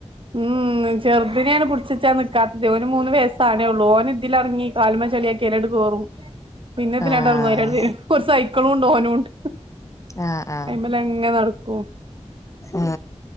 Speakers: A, on the right (about 50°); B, on the left (about 25°).
A: ഉം ചെറുതിനിനാണ് പിടിച്ചച്ചാ നിക്കാത്തതേ ഓന് മൂന്ന് വയസാണേ ഉള്ളൂ ഓൻ ഇതിലെറങ്ങി കാല്മേ ചള്യക്കി എലങ്കട് കേറും പിന്നെ ഇതിലങ്കട്‌
B: ആഹ്
A: ഇറങ്ങും അയ്ലെ ഒരു സൈട്‌ ക്കളുണ്ട് ഓനുണ്ട്
B: ആ ആ
A: അയിമ്മലങ്ങനെ നടക്കും
B: ആ